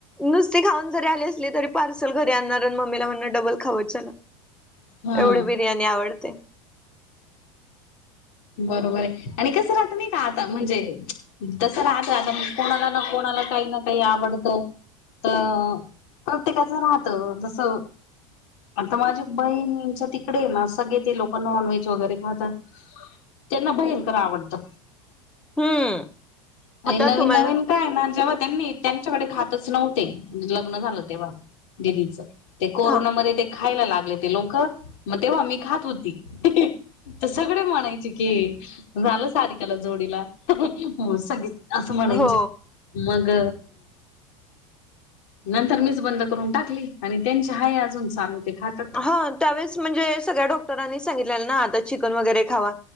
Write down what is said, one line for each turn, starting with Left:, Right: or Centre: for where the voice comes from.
Centre: नुसती खाऊन जरी आले असली. तरी पार्सल घरी आणणार. आणि मम्मीला म्हणणार डबल खाऊया चला.
Left: हा
Centre: एवढी बिर्याणी आवडते.
Left: बरोबरे. आणि कसं राहत नाही का आता. म्हणजे तस राहतं. आता कोणाला ना कोणाला. काही ना काही आवडतं. त. प्रत्येकाचं राहत तस. आता माझी बहिणीच्या तिकडेय ना. सगळे ते लोक नॉन व्हेज वगैरे खातात. त्यांना भयंकर आवडतं.
Centre: हम्म.
Left: आणि
Centre: आता
Left: नवीन
Centre: तुम्हाला
Left: नवीन काये ना. जेव्हा त्यांनी. त्यांच्याकडे खातच नव्हते. लग्न झालं तेव्हा. दिदीचं. ते कोरोनामध्ये
Centre: हा
Left: ते खायला लागले. ते लोक. म तेव्हा मी खात होती. त सगळे म्हणायचे की, झालं सारिकाला जोडीला. हो सगळे असं म्हणायचे.
Centre: हो
Left: मग नंतर मीच बंद करून टाकली. आणि त्यांच्या हाये अजून चालू ते खातात.
Centre: हा. त्यावेळेस म्हणजे, सगळ्या डॉक्टरांनी सांगितलेलं ना. आता चिकन वगैरे खावा.